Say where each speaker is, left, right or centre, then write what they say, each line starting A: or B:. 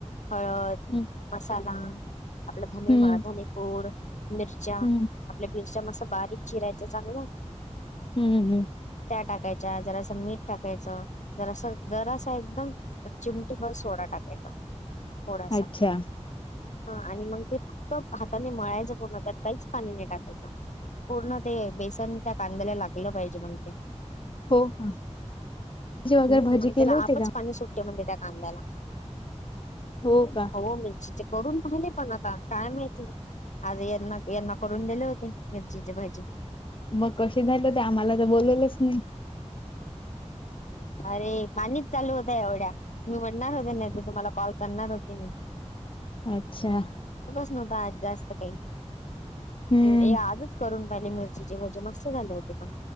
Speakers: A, on the left; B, on the left.
A: हळद,
B: हं
A: मसालाऽ आपला धनेमाळ,
B: हं
A: धने पुड, मिरच्या
B: हं
A: आपल्याऽ बिरचा मस्स असं बारीक चिरायच चांगलं.
B: हम्म, हम्म,
A: टाकायचाच्या, जरास मीठ टाकायचं. जरास, जरासा एकदम चिमटी बर सोडा टाकायचा. थोडासा,,
B: अच्छा
A: हा आणि मग ते फक्त हाताने मळायचऽ पूर्णत,, काहीच पाणी नै टाकायच. पूर्ण ते बेसन त्या कांद्याला लागलं पाहिजे,, म्हण तेऽ
B: हो का? भजी वगैरे
A: हम्म,,
B: भजी
A: मग त्याला
B: केले होते
A: आपच
B: का
A: पाणी सुटऽ त्या कांद्याला,,
B: हो का
A: हो मिरचीचे करून पाहिलेऽ पण आता, काय माहिती, आज यांना, यांना करून दिले होते मिरचीचे भजे.
B: मग कशी झाली ते, आम्हाला तर बोलवलंच नाही.
A: अरे,, पाणीच चालू होत एवढ्या,,, मी म्हणणार होत्या नाही तर तुम्हाला कॉल करणार होते मी.
B: अच्छा,,
A: बा आज जास्त काही,,
B: हम्म
A: आजच करूनऽ ली मिरचीचे भजे मस्त झाले होते पण,,